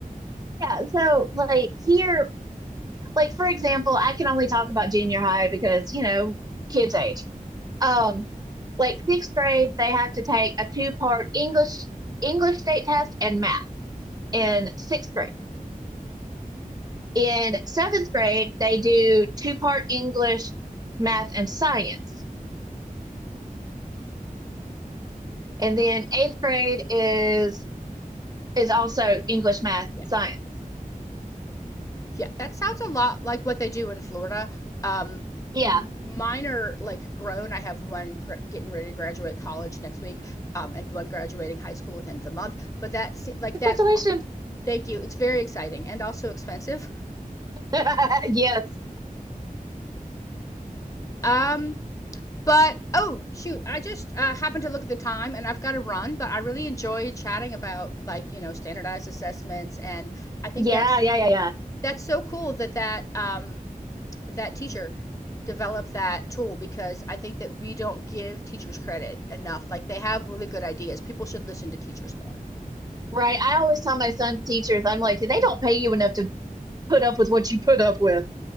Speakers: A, on the right; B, on the left.
A: Yeah. So like here, like for example, I can only talk about junior high because, you know, kids age. Um, like sixth grade, they have to take a two-part English English state test and math in sixth grade. In seventh grade, they do two-part English, math, and science. And then eighth grade is is also English, math,
B: Yeah.
A: science.
B: Yeah, that sounds a lot like what they do in Florida. Um,
A: Yeah.
B: m- mine are like grown. I have one gr- getting ready to graduate college next week, um, and one graduating high school at the end of the month. But that's like
A: Congratulations.
B: that. Thank you. It's very exciting and also expensive.
A: <laughs> Yes.
B: Um, but oh shoot, I just uh, happened to look at the time, and I've got to run. But I really enjoyed chatting about like you know standardized assessments, and I think
A: Yeah,
B: that's
A: yeah, yeah, yeah.
B: that's so cool that that um, that teacher develop that tool because I think that we don't give teachers credit enough. Like they have really good ideas. People should listen to teachers more.
A: Right. I always tell my son's teachers, I'm like, they don't pay you enough to put up with what you put up with.